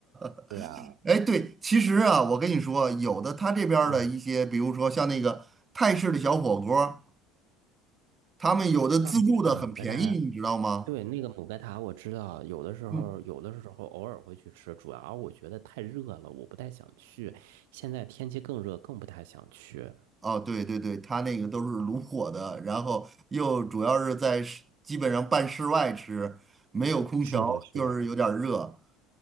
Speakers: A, on the right; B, on the right.
A: <laughs>
B: 是啊，
A: 哎，对，其实啊，我跟你说，有的他这边儿的一些，
B: 嗯，
A: 比如说像那个泰式的小火锅儿他们有的自助的很便宜，
B: 到那个某个大，
A: 你知道吗？
B: 对，那个姆盖塔我知道，有的时候有的时候偶尔会去吃，
A: 嗯。
B: 主要我觉得太热了，我不太想去。现在天气更热，更不太想去。
A: 哦，对对对，它那个都是炉火的，然后又主要是在室基本上半室外吃，没有空调，
B: 是的，是的，
A: 就是有点儿热。